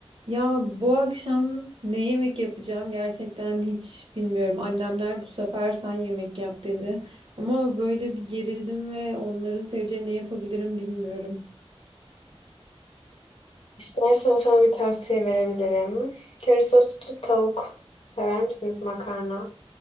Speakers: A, on the right; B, on the left.
A: Ya bu akşam ne yemek yapacağım gerçekten hiç bilmiyorum. Annemler bu sefer sen yemek yap dedi. Ama böyle bir gerildim ve onların seveceği ne yapabilirim bilmiyorum.
B: İstersen sana bir tavsiye verebilirim. Köri soslu tavuk sever misiniz makarna?